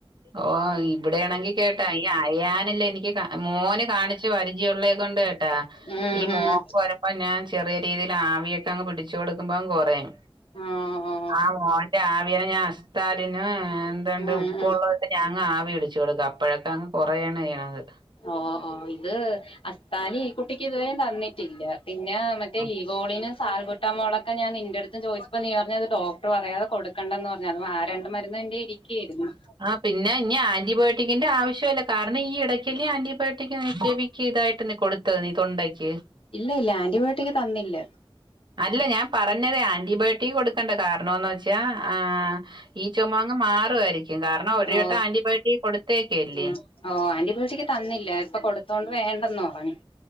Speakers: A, on the right (about 55°); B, on the left (about 75°).
A: ഓ ഇബ്ടെയാണെങ്കി കേട്ടാ ഈ അയാന്ല്ലേ എനിക്ക് മോന് കാണി ച്ച് പരിചയുള്ളെ കൊണ്ട് കെട്ടാ
B: ഉം
A: ഈ മോക്ക്
B: ഉം
A: വരപ്പ ഞാൻ ചെറിയ രീതിയിൽ ആവിയൊക്കെ അങ്ങ് പിടിച്ചു കൊടുക്കുമ്പോ കൊറിം
B: ഓ ഓ
A: ആഹ് മോന്റെ ആവിയന ഞാൻ അസ്താലിന് എന്താണ്ട്
B: ഉം
A: ഉപ്പ്
B: ഉം
A: വെള്ള ത് ച്ച് അങ്ങ് ആവി പിടിച്ചു കൊടുക്കും അപ്പോഴൊക്കെ അങ്ങ് കൊറയാണെയ്യ്ണത്
B: ഓ ഓ ഇത് അസ്താലി ഈ കുട്ടിക്ക് ഇതുവരേം തന്നിട്ടില്ല പിന്നെ മറ്റേ
A: ആ
B: ലിവോളിന് സ് സാൽബുറ്റാമോളൊക്കെ ഞാൻ നിന്റെട്ത്തും ചോദിച്ചപ്പോ നീ പറഞ്ഞ് അത് ഡോക്ടർ പറയാതെ കൊടുണ്ടന്ന് പറ ഞ്ഞ് അതും ആ രണ്ട മരുന്ന് എന്റെ കയ്യി ഇരിക്കെര്ന്ന്
A: ആഹ് പിന്നെ ഇനി ആന്റിബയോട്ടിക്കിന്റെ ആവശ്യവില്ല കാരണം ഈ എടയ്ക്കല്ലേ ആന്റിബയോട്ടിക് <unintelligible> ക്കിതായിട്ട് നീ കൊടുത്തഹ് നീ തൊണ്ടയ്ക്ക്
B: ഇല്ല ഇല്ല ആന്റിബയോട്ടിക് തന്നില്ല
A: അല്ല ഞാൻ പറഞ്ഞതേ ആന്റിബയോട്ടിക് കൊടുക്കണ്ട കാരണോന്ന് വെച്ചാ ആഹ് ഈ ചുമ അങ്ങ് മാറുവായിരിക്കും കാരണം ഒരട്ടം
B: ഓ
A: ആന്റിബയോട്ടിക് കൊടുത്തേയ്ക്കല്ലേ
B: ഉം ഓ ആന്റിബയോട്ടിക്ക് തന്നില്ല ഇപ്പൊ കൊടുത്തോണ്ട് വേണ്ടന്ന് പറഞ്ഞു